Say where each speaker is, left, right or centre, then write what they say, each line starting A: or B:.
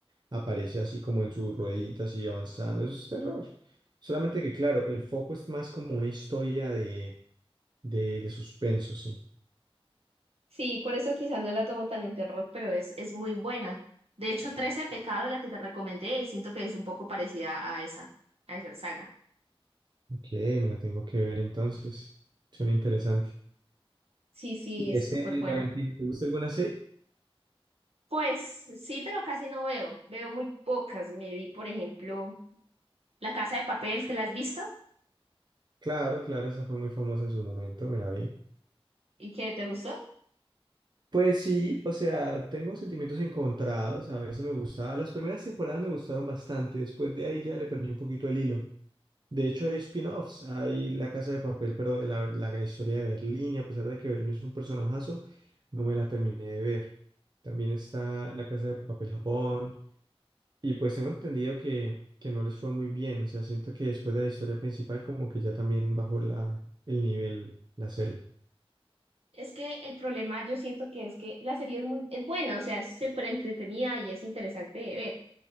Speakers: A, on the right; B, on the right.
A: aparece así como en sus rueditas y avanzando. Eso es terror. Solamente que, claro, el foco es más como una historia de, de, de suspenso, sí.
B: Sí, por eso quizás no la tomo tan en terror, pero es, es muy buena. De hecho, trece pecados, la que te recomendé, siento que es un poco parecida a esa, a esa saga.
A: Ok, me la tengo que ver entonces. Suena interesante.
B: Sí, sí,
A: ¿Y
B: es
A: de series,
B: súper buena.
A: Valentina? ¿Te gusta alguna serie?
B: Pues sí, pero casi no veo. Veo muy pocas. Me vi, por ejemplo, La Casa de Papel, ¿te la has visto?
A: Claro, claro, esa fue muy famosa en su momento, me la vi.
B: ¿Y qué te gustó?
A: Pues sí, o sea, tengo sentimientos encontrados, a veces me gustaba, las primeras temporadas me gustaron bastante, después de ahí ya le perdí un poquito el hilo. De hecho, hay spin-offs, hay La Casa de Papel, pero de la, la historia de Berlín, y a pesar de que Berlín es un personajazo, no me la terminé de ver. También está La Casa de Papel Japón, y pues tengo entendido que, que no les fue muy bien, o sea, siento que después de la historia principal como que ya también bajó la, el nivel, la serie.
B: Es que el problema yo siento que es que la serie es muy, es buena, o sea, es súper entretenida y es interesante de ver,